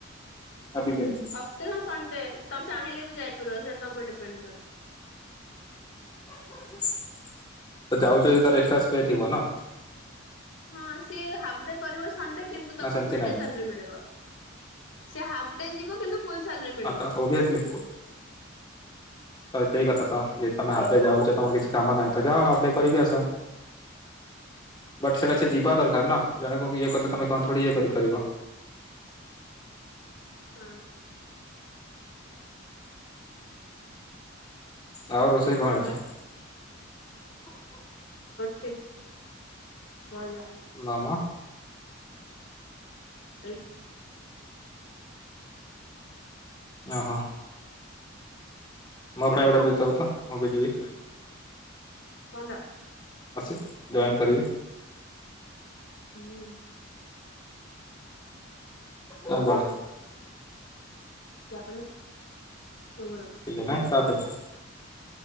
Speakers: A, on the left; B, on the left.
A: ନା ଦି ଦିନି।
B: ଅତେ ସନଣ୍ଡେ ତମେ ଚାହିଁଲେ ବି ଯାଇପାରିବ ସେଟା ତମ ଉପରେ ଡିପେଣ୍ଡ କରେ। <inaudible>
A: ତ ଯାଉଛ ତାର ଏକ୍ସଟ୍ରା ପେ ଥିବ ନା।
B: ହଁ ସିଏ ହାଫ ଡେ କରିବ ସଣ୍ଡେ କିନ୍ତୁ
A: ନା
B: ତାକୁ
A: ସେମିତି
B: ଫୁଲ
A: ନାଇଁ
B: ଡେ ସାଲାରି ମିଳିବ ସେ ହାଫ୍ ଡେ ଯିବ। କିନ୍ତୁ ଫୁଲ୍ ସାଲାରୀ ମିଳିବ
A: ଆପଣ ଓଭିିୟସଲି। ହଁ ସେଇ କଥା ତ ଯଦି ତମେ ହାଫ୍ ଡେ ଯାଉଛ ତମର କିଛି କାମ ନାହିଁ ତ ଯାଅ ହାଫ୍ ଡେ କରିକି ଆସ। ବଟ୍ ସେଇଟା ସେ ଯିବା ଦରକାର ନା ଜଣେ କଉ ବି ଇଏ କଲେ ତମେ କଣ ଥୋଡି ଇଏ କରିପାରିବ। <inaudible>
B: ହୁଁ
A: ଆଉ ରୋଷେଇ କଣ
B: ତାପରେ
A: ହେଇଛି?
B: ୟା ୟା
A: ମାମା
B: <unintelligible>
A: ଅ ହ ମୋ ପାଇଁ ଗୋଟେ ବୁଝିଥିବୁ ତ ମୁଁ ବି ଯିବି।
B: କଣ ଟା?
A: ଅସିତ୍ ଜଏନ୍ କରିବି।
B: ହୁଁ
A: ଆଉ କଣ?
B: ତାପରେ ତୁମର
A: କିଛି ନାହିଁ ତାପରେ